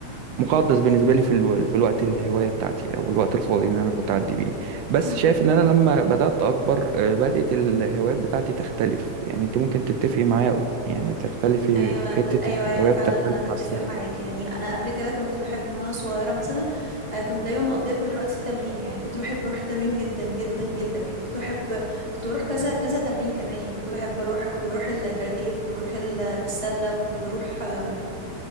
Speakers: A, on the right; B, on the left.
A: مقدس بالنسبه لي في الو... في الوقت الهوايه بتاعتي او الوقت الفاضي ان انا كنت اعدي بيه بس
B: مم.
A: شايف ان انا لما بدات اكبر آه، بدات الهوايات بتاعتي تختلف يعني انت ممكن تتفقي معايا أو يعني تختلفي
B: ايوه
A: في
B: ب...
A: حته
B: ايوه ايوه
A: الهوايه
B: فعلا
A: بتختلف
B: انا بتفق
A: مع السن
B: معاك يعني انا قبل كده كنت بحب من وانا صغيره مثلا آه، كنت دايما مقضيه كل الوقت في التمرين يعني كنت بحب اروح التمرين جدا جدا جدا يعني كنت بحب كنت بروح كذا كذا تمرين كمان يعني كنت بحب اروح كنت بروح الكاراتيه وكنت بروح ال- السله وكنت بروح آم،